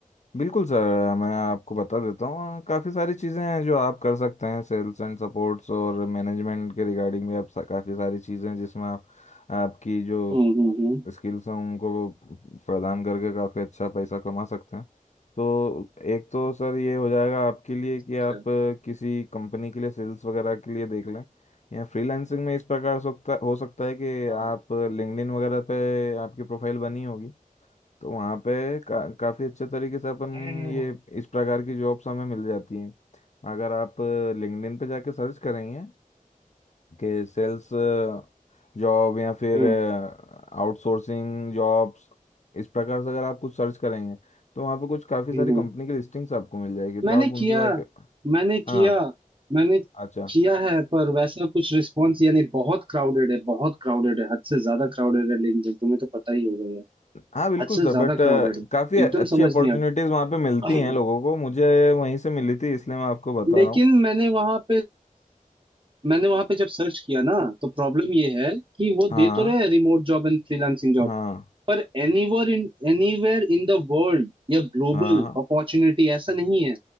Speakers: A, on the left; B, on the right.
A: बिल्कुल सर मैं आपको बता देता हूँ काफ़ी सारी चीज़ें हैं जो आप कर सकते हैं सेल्स एंड सपोर्ट्स और मैनेजमेंट के रिगार्डिंग भी आप सा, काफ़ी सारी चीज़ें हैं जिसमें आप आपकी जो
B: हम्म हम्म हम्म
A: स्किल्स हम उनको प्रदान करके काफ़ी अच्छा पैसा कमा सकते हैं तो एक तो सर ये हो जाएगा आपके लिए कि
B: अच्छा
A: आप अ, किसी कंपनी के लिए सेल्स वगैरह के लिए देख लें या फ्रीलांसिंग में इस प्रकार हो सकता हो सकता है कि
B: हाँ हम्म
A: आप लिंक्डइन वगैरह पे आपकी प्रोफाइल बनी होगी तो वहाँ पे का, काफ़ी अच्छे तरीके से अपन
B: हम्म
A: ये इस प्रकार की जॉब्स हमें मिल जाती हैं अगर आप लिंक्डइन पे जाके सर्च करेंगे के सेल्स जॉब या फिर
B: हम्म
A: आउटसोर्सिंग जॉब्स इस प्रकार से अगर आप कुछ सर्च करेंगे तो वहाँ पे कुछ काफ़ी
B: हम्म,
A: सारी
B: हम्म।
A: कंपनी की लिस्टिंग्स आपको मिल जाएगी तो
B: मैंने
A: आप
B: किया
A: उनसे जाके
B: मैंने किया
A: हाँ
B: मैंने
A: अच्छा
B: किया है पर वैसा कुछ रिस्पॉन्स यानी बहुत क्राउडेड है बहुत क्राउडेड है हद से ज्यादा क्राउडेड है लिंक्डइन तुम्हें तो पता ही होगा यार
A: हाँ बिल्कुल
B: हद से
A: सर
B: ज्यादा
A: बट
B: क्राउडेड है
A: काफ़ी अच्छी
B: एकदम समझ
A: अपॉर्चुनिटीज़
B: नहीं आ
A: वहाँ पे मिलती
B: रहा
A: हैं लोगों को मुझे वहीं से मिली थी इसलिए मैं आपको बता
B: <clears throat> लेकिन
A: रहा हूँ
B: मैंने वहां पे मैंने वहां पे जब सर्च किया ना तो प्रॉब्लम ये है कि वो
A: हाँ
B: दे तो रहे रिमोट जॉब एंड फ्रीलांसिंग
A: हाँ
B: पर anywhere in anywhere in the world या ग्लोबल
A: हाँ हाँ
B: अपॉर्चुनिटी ऐसा नहीं है